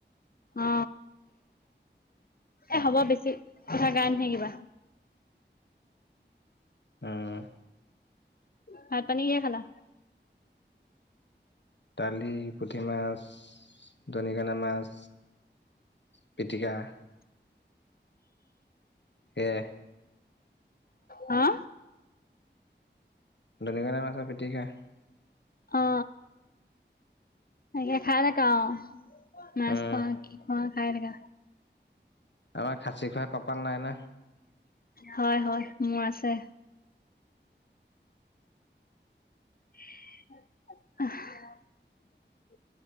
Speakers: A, on the left (about 55°); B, on the left (about 70°).
A: অ এ হ'ব বেছি কথা কাৰণহে কিবা
B: উম
A: ভাত পানী কিহে খালা
B: দালি পুঠি মাছ দণিকণা মাছ পিটিকা <unintelligible> সেয়া
A: হা',
B: দণিকণা মাছৰ পিটিকা <unintelligible>
A: অ অ খাই থাকা আ <unintelligible> মাছ
B: উম,
A: খুৱোৱা নে কি খোৱা? হয় এনেকা
B: <unintelligible> চিখাই কপাল নাই ন
A: হয় -হয় মোৰ আছে। আহ',